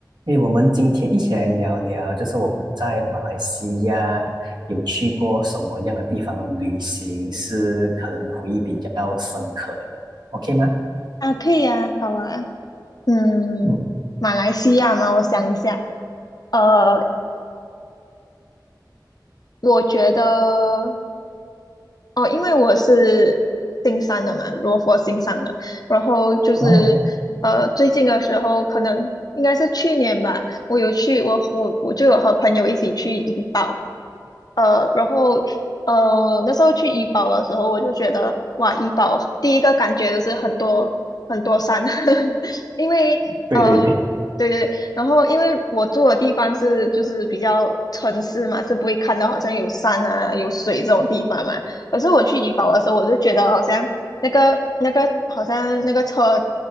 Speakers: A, on the right; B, on the left.
A: 诶，我们今天一起来聊聊，就是我们在马来西亚有去过什么样的地方旅行，是可能回忆比较深刻的，OK 吗？
B: 啊，可以啊，好啊。嗯，
A: 嗯，
B: 马来西亚吗？我想一下，呃，我觉得。哦，因为我是新山的嘛，罗佛新山的，然后就是呃，
A: 哦，
B: 最近的时候可能应该是去年吧，我有去，我我我就有和朋友一起去怡保，呃，然后呃那时候去怡保的时候，我就觉得哇，怡保第一个感觉就是很多很多山，<laughs> 因为呃对对对，
A: 对对对，
B: 然后因为我住的地方是就是比较城市嘛，是不会看到好像有山啊有水这种地方嘛。可是我去怡保的时候，我就觉得好像那个那个好像那个车